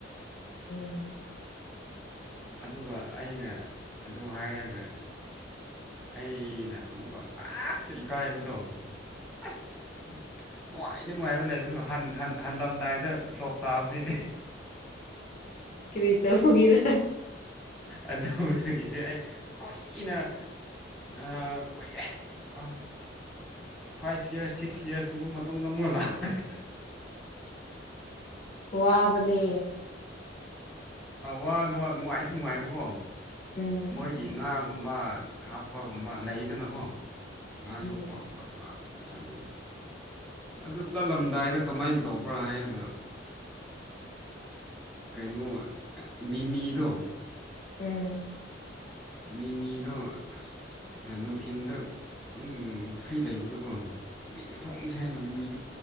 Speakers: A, on the left; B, in the centre.
A: ꯎꯝ
B: ꯑꯗꯨꯒ ꯑꯩꯅ ꯑꯗꯨ ꯍꯥꯏꯔꯒ ꯑꯩꯅ ꯑꯃꯨꯛꯀ ꯂꯥꯁꯇ ꯏꯀꯥꯏꯕꯗꯣ ꯑꯁ ꯅꯨꯡꯉꯥꯏꯇ ꯅꯨꯡꯉꯥꯏꯕ ꯂꯩꯕꯗꯣ ꯍꯜꯂꯝꯗꯥꯏꯗ ꯐ꯭ꯂꯣꯞ ꯇꯥꯕꯅꯤꯅꯦ
A: ꯀꯔꯤꯇ ꯍꯒꯔ
B: ꯑꯗꯨꯗꯒꯤꯗꯤ ꯑꯩ ꯀꯨꯏꯅ ꯑ ꯀ ꯑ ꯐꯥꯏꯚ ꯌꯔꯁ ꯁꯤꯛꯁ ꯌꯔꯁ ꯀꯨꯝꯕ ꯃꯇꯨꯡꯗ ꯑꯃꯨꯛ ꯂꯥꯛꯄꯅꯦ
A: ꯋꯥ ꯋꯥꯕꯅꯦ
B: ꯋꯥ ꯅꯨꯡꯉꯥꯏꯁꯨ ꯅꯨꯡꯉꯥꯏꯌꯦꯕꯀꯣ
A: ꯎꯝ
B: ꯃꯣꯏꯒꯤ
A: ꯎꯝ
B: ꯉꯥꯒꯨꯝꯕ ꯍꯥꯞꯄꯒꯨꯝꯕ ꯂꯩꯗꯅꯀꯣ ꯉꯥ
A: ꯎꯝ
B: ꯌꯣꯛꯄꯒꯨꯝꯕ ꯐꯥꯕꯒꯨꯝ ꯆꯠꯂꯤ ꯑꯗꯨ ꯆꯠꯂꯝꯗꯥꯏꯗ ꯀꯃꯥꯏꯅ ꯇꯧꯕ꯭ꯔꯥ ꯍꯥꯏꯔꯒ ꯀꯩꯅꯣ ꯃꯤꯃꯤꯗꯣ
A: ꯎꯝ
B: ꯃꯤꯃꯤꯗꯣ ꯑꯁ ꯅꯨꯡꯊꯤꯟꯜꯗ ꯎꯝ ꯐ꯭ꯔꯤ ꯂꯩꯕꯗꯣꯀꯣ ꯃꯤꯗꯣ ꯊꯣꯡꯁꯦ ꯍꯦꯟꯅ ꯃꯤ ꯃꯤꯗ